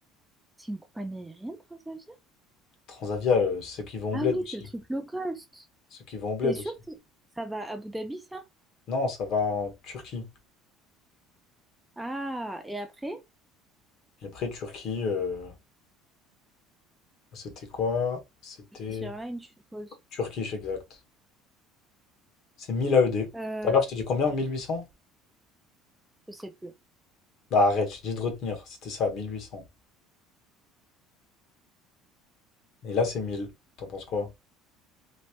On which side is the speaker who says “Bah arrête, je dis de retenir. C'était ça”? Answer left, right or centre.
Left